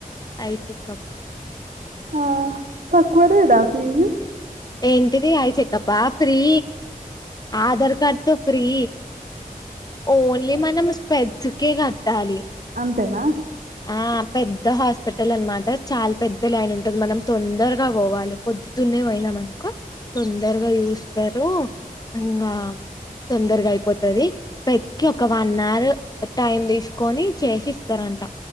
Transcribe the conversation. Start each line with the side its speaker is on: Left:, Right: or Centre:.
Left: అయిచక్కప్
Right: ఆ తక్కువనే నా ఫీజు
Left: ఏంటిది ఐ చెకప్పా ఫ్రీ ఆధార్ కార్డ్ తో ఫ్రీ ఓన్లీ మనం స్పెడ్స్కే కట్టాలి
Right: తేనా
Left: ఆ పెద్ద హాస్పిటల్ అనమాట చాలా పెద్ద లైన్ ఉంటది మనం తొందరగా పోవాలి పొద్దునే పోయిన మనకు తొందరగా చూస్తరు ఇంగా తొందరగా అయిపోత్ టది ప్రతికి ఒక వన్ అవర్ టైమ్ తీసుకొని చేసిస్ త రంట